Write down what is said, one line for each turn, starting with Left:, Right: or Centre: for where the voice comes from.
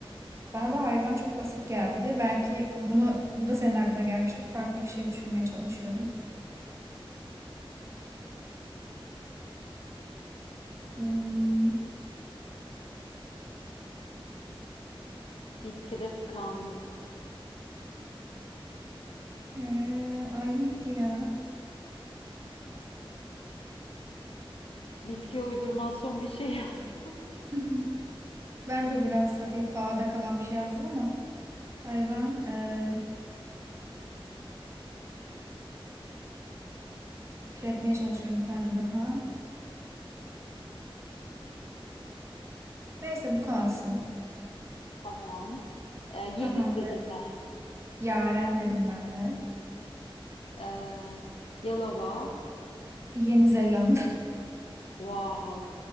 Right: bana da hayvan çok basit geldi. Belki bunu bu da senin aklına gelmiştir. Farklı bir şey düşünmeye çalışıyorum. Hmm,
Left: Bitkide tıkandım.
Right: ee, ay neydi ya?
Left: Bitkiye uydurmasyon bir şey yazdım.
Right: <laughs> Ben de biraz hafif havada kalan bir şey yazdım ama hayvan e, türetmeye çalışıyorum bir tane daha. Neyse bu kalsın.
Left: <laughs> Tamam. Ee, Yeliz
Right: Tamamdır.
Left: dedim ben.
Right: Yaren dedim ben de.
Left: Ee, Yalava.
Right: Yeni Zelanda.
Left: Wow.